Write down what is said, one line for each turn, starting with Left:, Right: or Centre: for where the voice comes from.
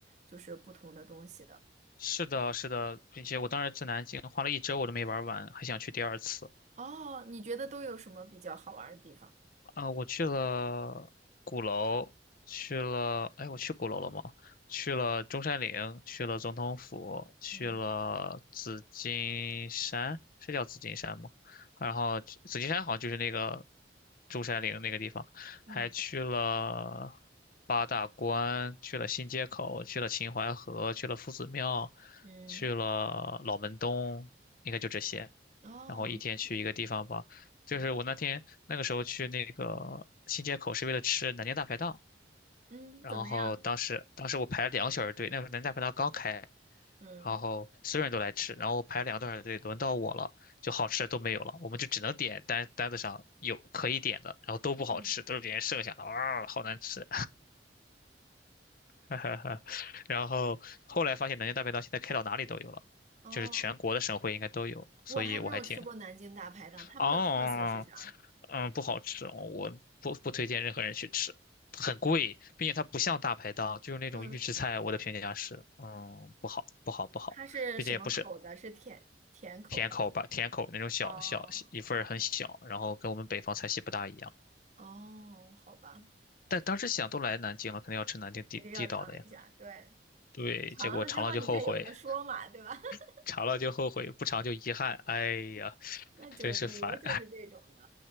Right: 就是不同的东西的。
Left: 是的，是的，并且我当时去南京花了一周，我都没玩完，还想去第二次。
Right: 哦，你觉得都有什么比较好玩儿的地方？
Left: 啊、我去了鼓楼，去了，哎，我去鼓楼了吗？去了中山陵，去了总统府，去了紫金山，
Right: 嗯
Left: 是叫紫金山吗？然后紫金山好像就是那个中山陵那个地方，
Right: 嗯
Left: 还去了八大关，去了新街口，去了秦淮河，去了夫子庙，
Right: 嗯，
Left: 去了老门东，应该就这些。
Right: 哦，
Left: 然后一天去一个地方吧。
Right: 那确实是，
Left: 就是我那天那个时候去那个新街口是为了吃南京大排档，
Right: 嗯嗯，
Left: 然后当时当时我排了两个小时队，
Right: 怎么样？
Left: 那个时候南京大排档刚开，
Right: 嗯
Left: 然后所有人都来吃，然后我排了两个多小时队，轮到我了，就好吃的都没有了，我们就只能点单单子上有可以点的，然后都不好吃，
Right: 嗯，
Left: 都是别人剩下的，哇，好难吃。<laughs> 然后后来发现南京大排档现在开到哪里都有了，
Right: 哦。
Left: 就是全国的省会应该都有，所以我还挺
Right: 我还没有吃过南京大排档，他们的特色是啥？
Left: 哦，哦哦嗯，不好吃哦我不不推荐任何人去吃，很贵，并且它不像大排档，就是那种预制菜。
Right: 嗯，
Left: 我的评价是，嗯，不好，不好，不好，
Right: 它是什么口的？
Left: 并且也不是
Right: 是甜甜口的。
Left: 甜口吧，甜口那种小小一份儿很小，
Right: 哦
Left: 然后跟我们北方菜系不大一样。
Right: 哦，好吧，
Left: 但当时想都来南京了，肯定要吃南京地地道的呀。
Right: 一定要尝一下。对，
Left: 对，
Right: 尝了之后你才有的说嘛，
Left: 结果尝了就后悔，
Right: 对吧？<laughs>
Left: <laughs> 尝了就后悔，不尝就遗憾。哎呀，
Right: 那就旅游就是这种的。
Left: 真是烦。